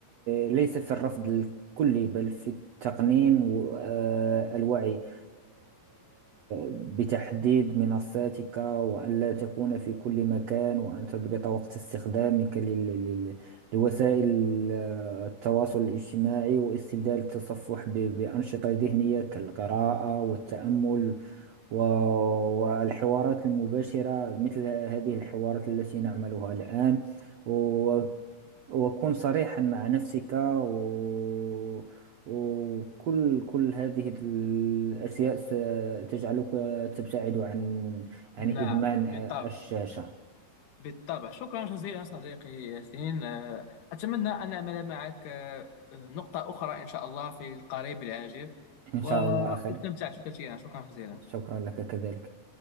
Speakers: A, on the right; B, on the left.
A: آه، ليس في الرفض الكلي بل في التقنين والوعي بتحديد منصاتك وأن لا تكون في كل مكان وأن تضبط وقت استخدامك لل- لل- لوسائل آه، التواصل الاجتماعي واستبدال التصفح ب- بأنشطة ذهنية كالقراءة والتأمل و- والحوارات المباشرة مثل هذه الحوارات التي نعملها الآن وأكون صريحا مع نفسك و... وكل كل هذه الأشياء ستجعلك تبتعد عن عن
B: نعم
A: إدمان
B: بالطبع
A: الشاشة
B: بالطبع شكرا جزيلا صديقي ياسين آه، أتمنى أن أعمل معك آه، نقطة أخرى إن شاء الله في القريب العاجل
A: إن شاء
B: واستمتعت
A: الله أخي
B: كثيرا شكرا جزيلا
A: شكرا لك كذلك